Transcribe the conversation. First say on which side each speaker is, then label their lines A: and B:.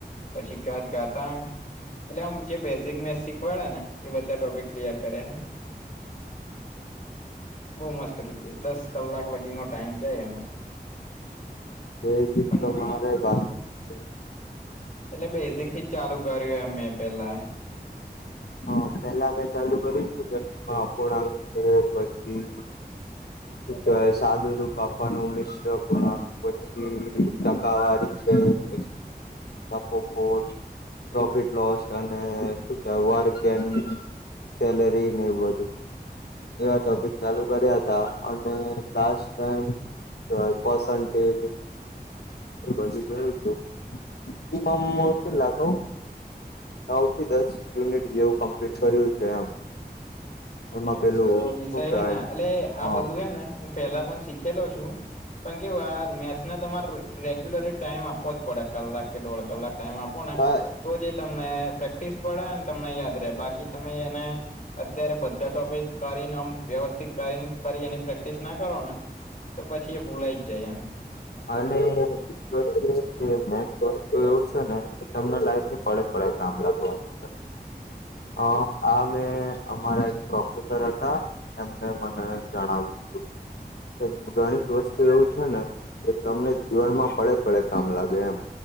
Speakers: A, on the left; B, on the left.
A: પછી ઘાત ઘાતાંક એટલે આમ જે બેઝિક મેથ શીખવાડ્યા ને એ બધા ટોપિક ક્લિયર કરે હે. બઉ મસ્ત રીતે, દસ કલાક લગીનો ટાઈમ જાય એમાં.
B: બેઝિક
A: પણ
B: તો મારેય બાકી છે.
A: એટલે બેઝિક થીજ ચાલુ કર્યું એમ મેં પેલા
B: હા, પેલા મે ચાલુ કરી છું અહ પૂર્ણાંક છે પછી શુ કેવાય સાદું રુપ આપવાનું મિશ્ર અપૂર્ણાંક પછી ટકાવારી છે, પછી નફો ખોટ પ્રોફિટ લોસ અને શું કેવા વર્ક કેન સેલેરી ને એવું બધું એવા ટોપિક ચાલુ કર્યાતા અને લાસ્ટ ટાઈમ હું કેવાય પસંટેજ એ બાજુ જોયું તું મિનિમમ કેટલા કવ નવ થી દસ યુનિટ જેવું કમ્પ્લીટ કર્યું છે એમ એમાં
A: મેથસ
B: પેલું
A: એવો વિષય
B: શું કેવાય
A: હે ને એટલે
B: હા
A: આ બધું હેને હું પેલા પણ શીખેલો છું. પણ કેવું આર મેથ ને તમારે રેગ્યુલરી ટાઈમ આપવો જ પડે કલાક કે દોઢ કલાક ટાઈમ આપો ને
B: હા
A: તો જ એ તમને પ્રેક્ટિસ પડે ને તમને યાદ રેહ બાકી તમે એને અત્યારે બધા ટોપિક કરીને આમ વ્યવસ્થિત કરીને ફરી એની પ્રેક્ટિસ ના કરો ને તો પછી એ ભૂલાઈ જ જાય એમ
B: અને <unintelligible> મેથ વસ્તુ એવું છે ને તમને લાગે પડે પડે કામ લાગવાનું
A: <inaudible>
B: છે અ આ મેં અમારા એક પ્રોફેસર હતા. એમને મને જણાવ્યું તું કે ગણીત વસ્તુ એવું છે ને એ તમને જીવનમાં પડે પડે કામ લાગે એમ